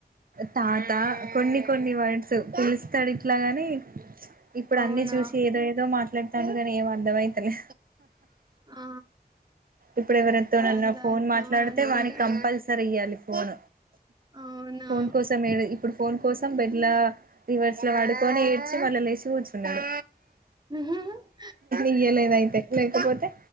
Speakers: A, on the right; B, on the right.
A: తాత కొన్ని కొన్ని వర్డ్స్ పిలుస్తాడు ఇట్లగాని ఇప్పుడు
B: అవునా
A: అన్ని చూసి ఏదో ఏదో మాట్లా కర గాని ఏం అర్దం అయితలే
B: ఆ!
A: ఇప్పుడు ఎవరితోనన్న
B: అత్త తాత
A: ఫోన్ మాట్లాడితే
B: అనుకుంటా.
A: వానికి కంపల్సరీ ఇయ్యాలి న్ ఫోన్
B: అవునా?
A: ఫోన్ కోసం ఎవి ఇప్పుడు ఫోన్ కోసం బెడ్ల రివర్స్లో పడుకొని ఏడ్చి మళ్ళ లేచి కూర్చున్నడు
B: హ్మ్.
A: ఇయ్యలేదయితే లేకపోతే